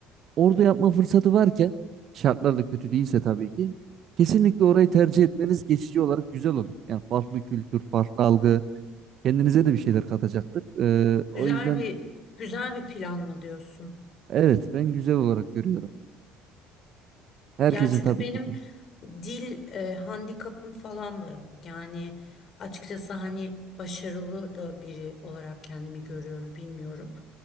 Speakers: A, on the right; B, on the left.
A: Orada yapma fırsatı varken şartlar da kötü değilse tabii ki kesinlikle orayı tercih etmeniz geçici olarak güzel olur. Yani farklı kültür, farklı algı kendinize de bir şeyler katacaktır. E, o
B: Güzel
A: yüzden
B: bir güzel bir plan mı diyorsun?
A: evet ben güzel olarak görüyorum. Herkesin
B: Ya çünkü
A: tabii
B: benim
A: ki de.
B: dil e, handikapım falan da yok. Yani açıkçası hani başarılı da biri olarak kendimi görüyorum, bilmiyorum.